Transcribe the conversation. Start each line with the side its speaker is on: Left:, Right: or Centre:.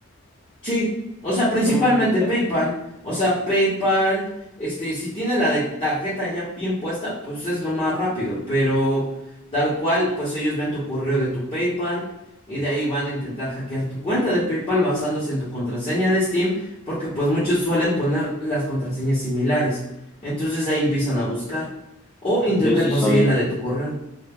Left: Sí, o sea, principalmente
Centre: mm, ta,
Left: PayPal. O sea, PayPal, este, si tiene la de tarjeta ya bien puesta, pues es lo más rápido. Pero tal cual, pues ellos ven tu correo de tu PayPal y de ahí van a intentar hackear tu cuenta de PayPal basándose en tu contraseña de Steam, porque pues muchos suelen poner las contraseñas similares. Entonces de ahí empiezan a buscar o intentan
Centre: yo sí
Left: conseguir
Centre: soy.
Left: la de tu correo.